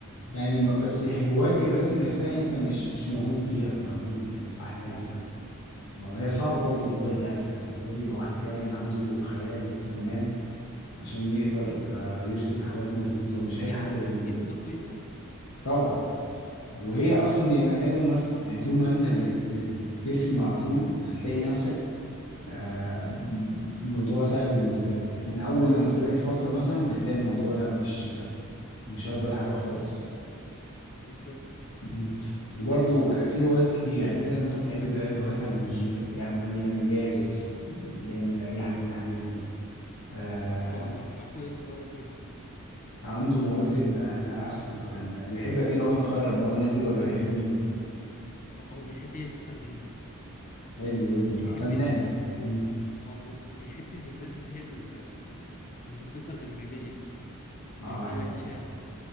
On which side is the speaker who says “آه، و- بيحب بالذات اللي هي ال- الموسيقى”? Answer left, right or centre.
Left